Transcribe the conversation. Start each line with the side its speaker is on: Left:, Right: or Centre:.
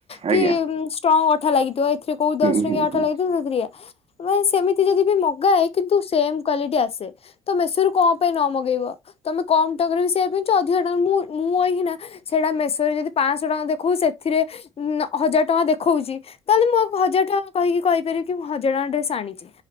Right: ଆଜ୍ଞା
Left: କି ଷ୍ଟ୍ରଙ୍ଗ ଅଠା ଲାଗିଥିବ ଏଥିରେ କେଉଁ
Right: ହୁଁ
Left: ଦଶ ଟଙ୍କିଆ
Right: ହୁଁ
Left: ଅଠା
Right: ହୁଁ
Left: ଲାଗିିବ ଶୁଣୁ ପ୍ରିୟା ସେମିତି ଯଦି ବି ମଗାଏ କିନ୍ତୁ ସେମ୍ କ୍ଵାଲିଟି ଆସେ ତ ମେଷରୁ କଣ ପାଇଁ ନ ମଗେଇବ ତମେ କମ୍ ଟଙ୍କାରେ ବି ସେଇଆ ପିନ୍ଧୁଛୁ ଅଧିକା ଟଙ୍କା ମୁଁ ମୁଁଏଇଖିନା ସେଇଟା ମେଷରେ ଯଦି ପାଞ୍ଚଶହ ଟଙ୍କା ଦେଖେଉଛି ସେଥିରେ ହଜାର ଟଙ୍କା ଦେଖଉଛି ତାହେଲେ ମୁଁ ଆ ହଜାର ଟଙ୍କା କହିକି କହିପାରିବି କି ମୁଁ ହଜାଣ ରେ ଆଣିଛି